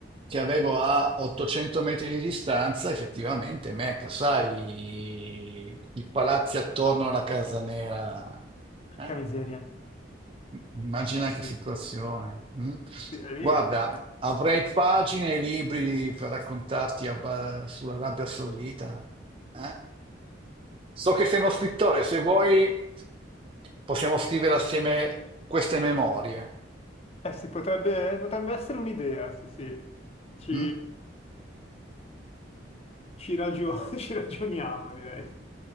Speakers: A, on the right; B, on the left.
A: che avevo a 800 metri di distanza effettivamente Mecca, sai, i, i palazzi attorno alla Casa Nera.
B: Porca
A: eh?
B: miseria.
A: Immagina
B: Eh sì,
A: che situazione. mm?
B: sì, sì, è lì,
A: Guarda,
B: è- è-
A: avrei pagine e libri per raccontarti a ba- sull'Arabia Saudita. eh? So che sei uno scrittore, se vuoi possiamo scrivere assieme queste memorie.
B: eh, sì, potrebbe, potrebbe essere un'idea, sì, sì. Ci,
A: mm?
B: ci ragio- <laughs> ci ragioniamo, direi.